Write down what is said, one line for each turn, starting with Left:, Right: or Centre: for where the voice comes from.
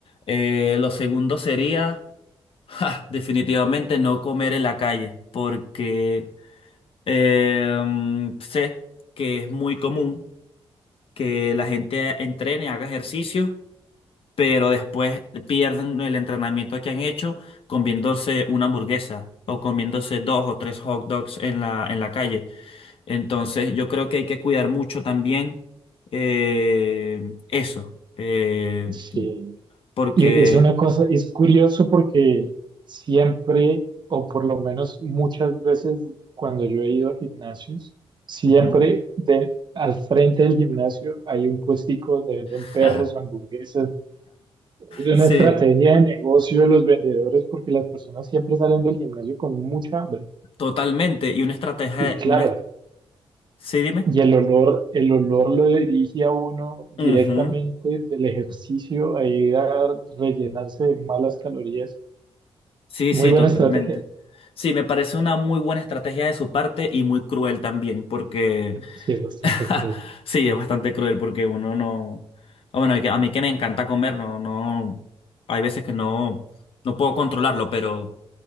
Left: Eh, lo segundo sería, <laughs> ja, definitivamente no comer en la calle, porque eh, mm, sé que es muy común que la gente entrene, haga ejercicio, pero después pierden el entrenamiento que han hecho comiéndose una hamburguesa o comiéndose dos o tres hot dogs en la, en la calle. Entonces, yo creo que hay que cuidar mucho también eh, eso, eh,
Right: Sí.
Left: porque...
Right: Y es una cosa, es curioso porque siempre, o por lo menos muchas veces cuando yo he ido a gimnasios, siempre
Left: Ujú.
Right: de- al frente del gimnasio hay un puestico donde venden
Left: <laughs>
Right: perros, hamburguesas Es una
Left: Sí,
Right: estrategia de negocio de los vendedores porque las personas siempre salen del gimnasio con mucha hambre.
Left: totalmente. Y una estrategia,
Right: Y claro,
Left: una... est- Sí, dime.
Right: y el olor, el olor lo dirige a uno directamente
Left: Ujú.
Right: del ejercicio a ir a rellenarse de malas calorías.
Left: Sí,
Right: Muy
Left: sí,
Right: buena
Left: totalmente.
Right: estrategia.
Left: Sí, me parece una muy buena estrategia de su parte y muy cruel también, porque
Right: Sí, es bastante
Left: <laughs>
Right: cruel.
Left: sí, es bastante cruel porque uno no... Ah, Bueno, que- a mí que me encanta comer, no, no... Hay veces que no, no puedo controlarlo, pero...